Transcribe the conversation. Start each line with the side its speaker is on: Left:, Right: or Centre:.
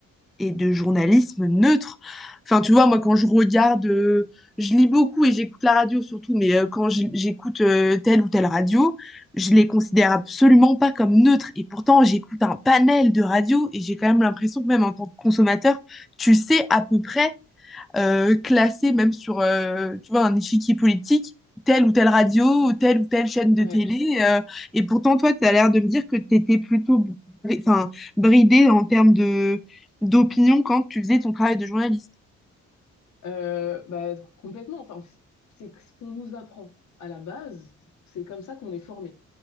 Centre: et de journalisme neutre. Enfin, tu vois, moi, quand je regarde, euh, je lis beaucoup et j'écoute la radio surtout, mais euh, quand je- j'écoute euh, telle ou telle radio, je les considère absolument pas comme neutres. Et pourtant, j'écoute un panel de radios et j'ai quand même l'impression que même en tant que consommateur, tu sais à peu près euh, classer même sur, euh, tu vois, un échiquier politique, telle ou telle radio, ou telle ou telle chaîne de
Left: Ouais.
Centre: télé. euh, et pourtant, toi, tu as l'air de me dire que tu étais plutôt bri- enfin, bridée en termes de d'opinion quand tu faisais ton travail de journaliste.
Left: Euh, bah, complètement. Enfin, c'est ce qu'on nous apprend à la base. C'est comme ça qu'on est formé.